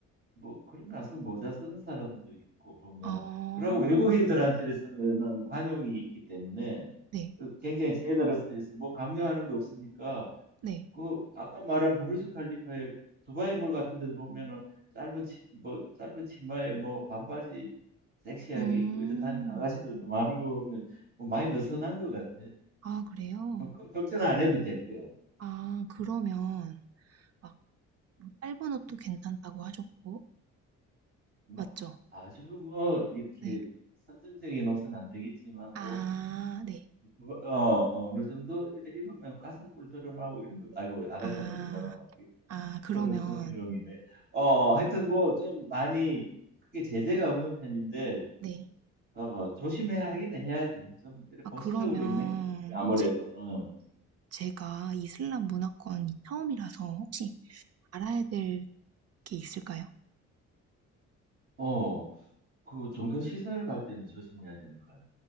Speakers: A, on the right; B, on the right.
A: 뭐 그런 가수 모자 쓰는 사람도 있고 보면
B: 어,
A: 그러고 외국인들한테서는 관용이 있기 때문에
B: 네.
A: 그 굉장히 제너러스해서 뭐 강요하는 거 없으니까
B: 네.
A: 그 아까 말한 부르스 칼리파의 두바이몰 같은 데도 보면은 짧은 치, 뭐 짧은 치마에 뭐 반바지 섹시하게
B: 음.
A: 입고 이렇게 다니는 아가씨들도 많은 거 보면 뭐 많이 느슨한 것 같아.
B: 아 그래요?
A: 그럼 그럼 걱정 안 해도 될 거야.
B: 아 그러면 막 뭐 짧은 옷도 괜찮다고 하셨고
A: 막
B: 맞죠?
A: 아주 뭐 이렇게
B: 네.
A: 선정적인 옷은 안 되겠지만
B: 아
A: 뭐
B: 네.
A: 누가- 어, 어, 어느 정도 이렇 입으면 가슴골 드러나고 이런 것 아이고 아가씨한테
B: 아.
A: 이런 말하면 안 되겠다.
B: 아 그러면
A: 성희 성희롱이네. 어 하여튼 뭐 좀 많이 크게 제재가 없는 편인데
B: 네.
A: 어, 조심해야 하긴 해야지. 좀 이렇게
B: 아
A: 보수적으로
B: 그러면
A: 입는 게 좋지, 아무래도.
B: 제
A: 어,
B: 제가 이슬람 문화권이 처음이라서 혹시 알아야 될 게 있을까요?
A: 어, 그 종교 시설 갈 때는 조심해야 되는 것 같아.